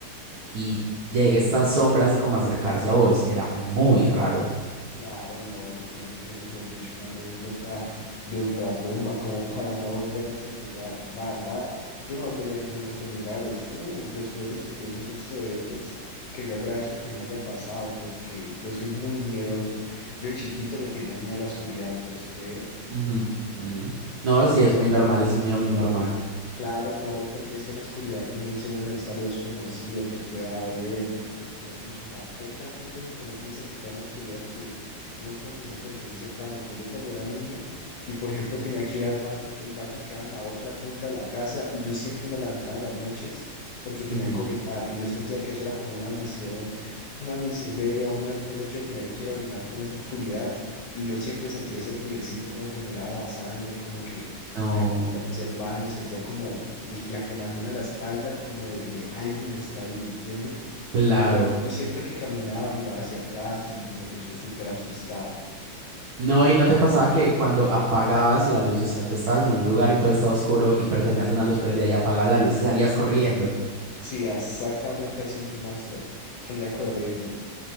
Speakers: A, on the right; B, on the left.
A: y llegue esta sombra así como a acercarse a vos. Era muy raro.
B: Claro, no, eso tiene que ser, mejor dicho, una anécdota de ultratumba, como para no volver a ese lugar. La verdad, yo no volvería a ninguno de esos lugares. Uh, después de sufrir un susto de esos, que yo agradezco que no me haya pasado, porque yo soy muy miedoso. Yo de chiquito le tenía miedo a la oscuridad, ¿puedes creer?
A: Ujú. Ujú. No,
B: Yo,
A: sí, es muy normal, es un miedo muy normal.
B: Claro, no, porque es que en la oscuridad que uno dice, bueno, ahí está lo desconocido, que pueda haber, que mejor dicho, o sea, hay tantas cosas que uno piensa que puede en la oscuridad que uno como que siempre tiene ese pánico. Yo cuando era niño y por ejemplo tenía que ir al baño, el baño quedaba en la otra punta de la casa y yo siempre me levantaba en las noches porque tenía
A: Ujú.
B: que orinar y yo sentía que eso era como una misión, <laughs> una misión de vida o muerte, el hecho de tener que ir a orinar con esa oscuridad y yo siempre sentía ese friecito como que me lava la sangre, como que
A: No,
B: la observando, sentía como el- la quemazón en la espalda, como de, de alguien está ahí, ¿me entiendes?
A: claro.
B: Yo yo siempre que caminaba miraba hacia atrás y, mejor dicho, súper asustado.
A: No, y no te pasaba que cuando apagabas la luz, o sea, tú estabas en un lugar y todo estaba oscuro y pero tenías una luz prendida y apagabas la luz y salías corriendo.
B: Sí, exactamente así mismo hacía, salía corriendo.